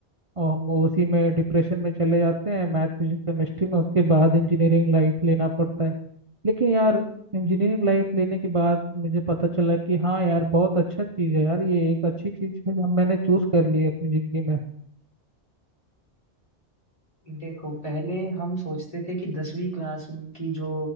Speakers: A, on the right; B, on the left.
A: और हम उसी में डिप्रेशन में चले जाते हैं मैथ फिजिक्स केमिस्ट्री में उसके बाद इंजीनियरिंग लाइफ लेना पड़ता है लेकिन यार इंजीनियरिंग लाइफ लेने के बाद मुझे पता चला कि हाँ यार बहुत अच्छा चीज़ है यार ये एक अच्छी चीज़ है हम मैंने चूज कर ली है अपनी ज़िंदगी में
B: देखो पहले हम सोचते थे कि दसवीं क्लास की जो